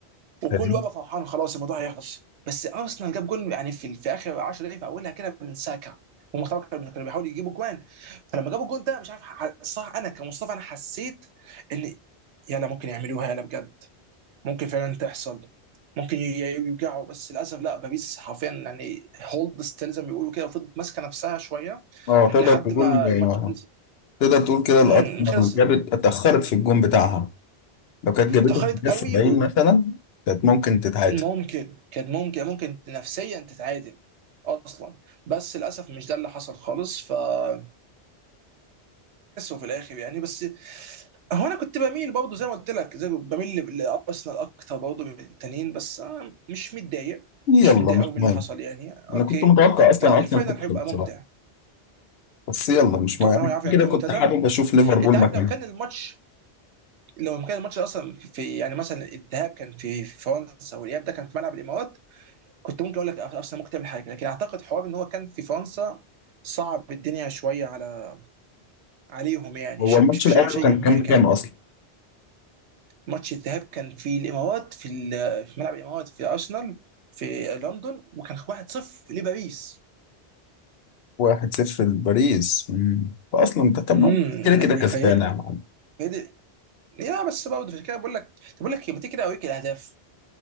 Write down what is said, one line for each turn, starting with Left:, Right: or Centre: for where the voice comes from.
Right: وكله
Left: حلو
Right: بقى فرحان خلاص الموضوع هيخلص بس ارسنال جاب جول يعني في, في اخر 10 دقائق في اولها كده من ساكا هم طبعا كانوا كانوا بيحاولوا يجيبوا جوان فلما جابوا الجون ده مش عارف ح- صح انا كمصطفى انا حسيت ان يلا ممكن يعملوها يلا بجد ممكن فعلا تحصل ممكن ي- ي- يرجعوا بس للاسف لا باريس حرفيا يعني هولد ستيل زي ما بيقولوا كده وفضلت ماسكه نفسها شويه
Left: اه تقدر
Right: لحد
Left: تقول
Right: ما الماتش
Left: آه،
Right: خلص
Left: تقدر تقول كده الارسنال
Right: امم خلص
Left: جابت اتاخرت في الجون بتاعها لو كانت جابته
Right: تاخرت
Left: في الدقيقه
Right: قوي
Left: 70 مثلا كانت ممكن تتعادل
Right: ممكن كانت ممكن ممكن نفسيا تتعادل اصلا بس للاسف مش ده اللي حصل خالص فخسروا في الاخر يعني بس هو انا كنت بميل برضه زي ما قلت لك زي بميل ل- لارسنال اكتر برضه من التانيين بس أنا مش متضايق
Left: يلا
Right: مش متضايق
Left: مش
Right: قوي من
Left: مهم
Right: اللي حصل يعني اوكي
Left: انا كنت متوقع اصلا
Right: لا
Left: ارسنال
Right: الفاينل
Left: تكسب
Right: هيبقى
Left: بصراحه
Right: ممتع
Left: بس يلا مش
Right: اتوقع
Left: مهم
Right: ان
Left: أنا
Right: هو يعرف يعملوا
Left: كده كنت
Right: ممتدى
Left: حابب اشوف ليفربول
Right: انت
Left: مكانها
Right: عارف لو كان الماتش لو كان الماتش اصلا في يعني مثلا الذهاب كان في فرنسا والاياب ده كان في ملعب الامارات كنت ممكن اقول لك ارسنال ممكن تعمل حاجه لكن اعتقد حوار ان هو كان في فرنسا صعب الدنيا شويه على عليهم يعني
Left: هو
Right: شكل
Left: الماتش
Right: مش بشيء
Left: الاول
Right: شيء
Left: كان
Right: ما
Left: كام
Right: كده
Left: كام اصلا
Right: ماتش الذهاب كان في الامارات في, ال- في ملعب الامارات في ارسنال في لندن وكان 1-0 لباريس
Left: 1-0 لباريس مم. فاصلا ده طب
Right: امم
Left: ما كده كده كسبانه
Right: في...
Left: يا معلم
Right: في... يا بس برضه عشان كده بقول لك طب بقول لك إيه، ما تيجي كده اوريك الاهداف